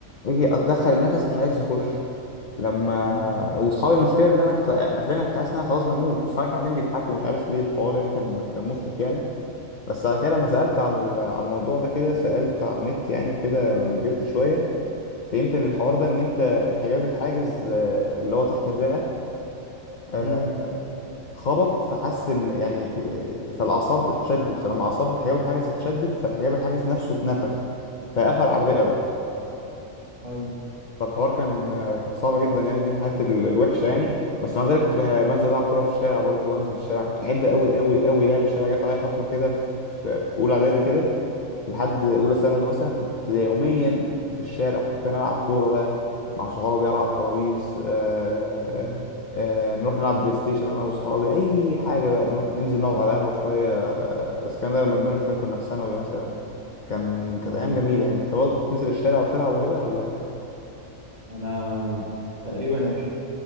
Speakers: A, on the left; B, on the right.
A: اجي اتدخل النفس مش عايز يخش لما
B: مم.
A: واصحابي المشكله ان انا كنت عارفين انا كنت حاسس ان انا خلاص بموت واصحابي كانوا قاعدين بيضحكوا ومش عارف ليه الحوار يعني كان كان مضحك يعني بس على كده لما سالت على على الموضوع ده كده سالت على النت يعني وكده لما كبرت شويه فهمت ان الحوار ده ان انت الحجاب الحاجز آه، اللي هو تحت الرئه آه،
B: مم.
A: اتخبط فحس ان يعني في فالاعصاب اتشدت فلما اعصاب الحجاب الحاجز اتشدت فالحجاب الحاجز نفسه اتنفخ فقفل على الرئه بقى
B: ايوه
A: فالحوار كان آه، كان صعب جدا يعني دي من الحاجات ال- الوحشه يعني بس مع ذلك كنت بقى- بنزل العب كوره في الشارع برضو وانزل الشارع كنت بحب قوي قوي قوي لعب الشارع جت عليا فتره كده في في اولى اعدادي كده لحد اولى ثانوي مثلا كنت يوميا في الشارع حرفيا العب كوره بقى مع صحابي العب خلاويص آه،
B: مم.
A: آه، آه، نروح نلعب بلاي ستيشن انا واصحابي اي حاجه بقى نروح ننزل نقعد على قهوه شويه آه، بس الكلام ده لما كبرنا شويه كنا في ثانوي مثلا كان كانت
B: اه
A: ايام جميله يعني انت برضه كنت بتنزل الشارع وتلعب وكده ولا ايه؟
B: انا تقريبا عشت